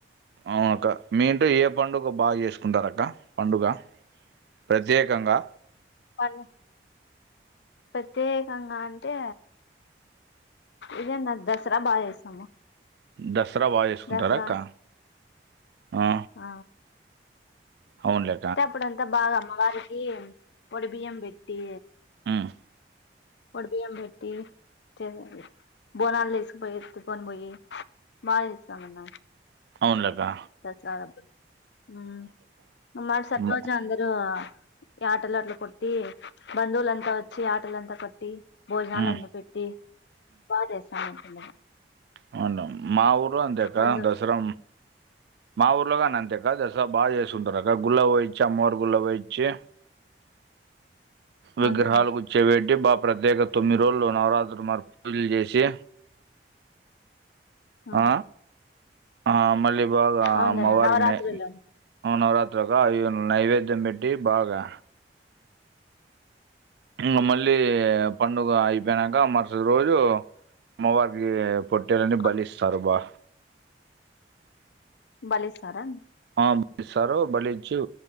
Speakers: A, on the right (about 65°); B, on the left (about 70°).
A: అవునక్క మీ ఇంట్లో ఏ పండుగ బాగా చేసుకుంటారు అక్క పండుగ ప్రత్యేకంగా
B: పన్ ప్రత్యేకంగా అంటే ఇదేన్న దసరా బాగా చేస్తాము
A: దసరా బాగా చేసుకుంటారా
B: దసరా
A: అక్క ఆ
B: ఆ
A: అవునులే
B: అంటే అప్పుడంతా బాగా అమ్మవారికి ఒడి బియ్యం పెట్టి
A: ఉమ్,
B: ఒడిబియ్యం పెట్టి చే బోనాలు తీసుకొని పోయి కొన్ పోయి బాగా చేస్తామన్న
A: అవునులే అక్క
B: దసరా <unintelligible> మరుసటి
A: ఉమ్,
B: రోజు అందరూ ఈ యాటాలు అంత కొట్టి బంధువులంతా వచ్చి యటలంతా కొట్టి భోజనలున్నీ
A: ఉమ్,
B: పెట్టి బాగా చేస్తానుంటున్నాను
A: అవునవును మా ఊర్లో అంతే అక్క
B: పండుగ
A: దసరా మా ఊర్లోగాని అంతేక్క దసరా బాగా చేస్త చేస్తారా అక్క గుళ్ళ కోయించి అమ్మవారి గుళ్ళ కోయించి విగ్రహాల
B: బంధువులు
A: గు చెపెట్టి బా ప్రత్యేక తొమ్మిది రోజులు నవరాత్రులు మార్ పూజలు చేసి
B: అవును
A: ఆ ఆ మల్ళీ బాగమ్మ
B: అవునులేండి
A: అమ్మవారికినే
B: నవరాత్రులు
A: నవరాత్రి ఒక అవి నైవేద్యం పెట్టి బాగా ఇంకా మళ్ళీ పండుగ అయిపోయినాక మరుసటి రోజు అమ్మ వారికి పొట్టెలని
B: అవును
A: బలిస్తారు బా
B: భలిస్తారా
A: ఆ సరే బలిచ్చు